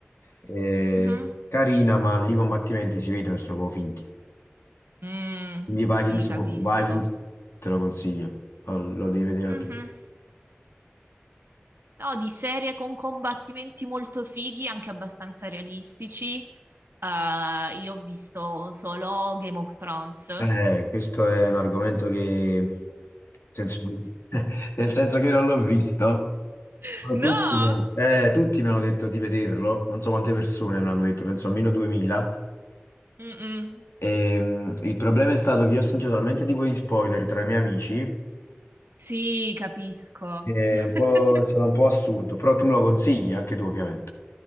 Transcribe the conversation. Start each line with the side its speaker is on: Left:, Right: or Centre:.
Left: eh,
Right: mhm.
Left: carina, ma lì i combattimenti si vedono e sono proprio finti.
Right: Mm,
Left: Quindi Vikings,
Right: sì, capisco.
Left: Vikings te lo consiglio, lo lo devi vedere al
Right: Mhm.
Left: più.
Right: No, di serie con combattimenti molto fighi, anche abbastanza realistici. eh, io ho visto solo Game of Thrones.
Left: Eh, questo è un argomento che, senso- <laughs> nel senso che non l'ho visto,
Right: <laughs>
Left: ma
Right: No!
Left: tutti, mi- eh, tutti mi hanno detto di vederlo, non so quante persone me l'hanno detto, penso almeno 2000.
Right: Mm-mm.
Left: E, mm, il problema è stato che io ho sentito talmente di quegli spoiler tra i miei amici
Right: Sì, capisco.
Left: che
Right: <laughs>
Left: è un po', è stato un po' assurdo, però tu me lo consigli, anche tu ovviamente.